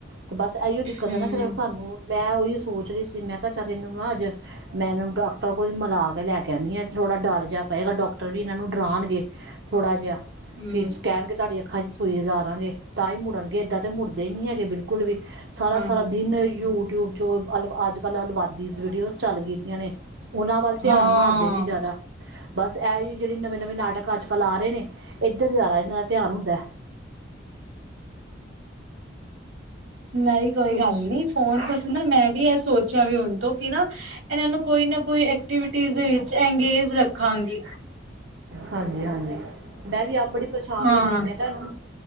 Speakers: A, on the right; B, on the right.
A: ਤੇ ਬਸ ਇਹੀਓ ਦਿੱਕਤ
B: ਹੂੰ
A: ਏ ਨਾ ਫਿਰ ਸਾਨੂੰ ਮੈਂ ਉਹੀ ਸੋਚ ਰਹੀ ਸੀ, ਮੈਂ ਕਿਹਾ ਚੱਲ ਇਹਨੂੰ ਨਾ ਅੱਜ ਮੈਂ ਇਹਨੂੰ ਡਾਕਟਰ ਕੋਲ ਮਿਲਾ ਕੇ ਲੈ ਕੇ ਆਣੀ ਆ, ਥੋੜਾ ਡਰ ਜਾਹਾ ਪਏਗਾ ਡਾਕਟਰ ਵੀ ਇਹਨਾਂ ਨੂੰ ਡਰਾਗੇ ਥੋੜਾ ਜਿਹਾ,
B: ਹੂੰ
A: ਕਿ ਕਹਿਣਗੇ ਤੁਹਾਡੀ ਅੱਖਾਂ ਚ ਸੂਈ ਲਾ ਦੇਵਾਂਗੇ ਤਾਂ ਹੀ ਮੁੜਾ- ਗੇ। ਏਦਾਂ ਤੇ ਮੁੜਦੇ ਨੀ ਹੈਗੇ ਬਿਲਕੁਲ ਵੀ, ਸਾਰਾ-ਸਾਰਾ
B: ਹਾਂਜੀ
A: ਦਿਨ ਯੂ- ਟਿਊਬ 'ਚ ਅਲ ਅੱਜ ਕੱਲ ਅਲੁਵਾ ਵੀਡੀਓਜ਼ ਚੱਲ ਗਈਆਂ ਨੇ। ਉਹਨਾਂ ਵੱਲ ਧਿਆਨ
B: ਹਾਂ
A: ਮਾਰਦੇ ਨੇ ਜ਼ਿਆਦਾ। ਬਸ ਇਹ ਹੀ ਜਿਹੜੇ ਨਵੇਂ-ਨਵੇਂ ਨਾਟਕ ਅੱਜ-ਕੱਲ੍ਹ ਆ ਰਹੇ ਨੇ ਇੱਧਰ ਜਾਦਾ ਇਹਨਾਂ ਦਾ ਧਿਆਨ ਹੁੰਦਾ।
B: ਨਹੀਂ ਕੋਈ ਗੱਲ ਨੀ ਫੋਨ ਤੇ ਸੀ ਨਾ ਮੈਂ ਵੀ ਇਹ ਸੋਚਿਆ ਵੀ ਹੁਣ ਤੋਂ ਕਿ ਨਾ ਇਹਨਾਂ ਨੂੰ ਕੋਈ ਨਾ ਕੋਈ ਐਕਟੀਵਿਟੀ ਦੇ 'ਚ ਅੰਗੇਜ ਰੱਖਾਂਗੀ।
A: ਹਾਂਜੀ-ਹਾਂਜੀ। ਮੈਂ ਵੀ ਆਪ ਬੜੀ ਪਰੇਸ਼ਾਨ
B: ਹਾਂ
A: ਹੋਈ ਦੀ ਸੀ ਮੈਂ ਕਿਹਾ ਨਾ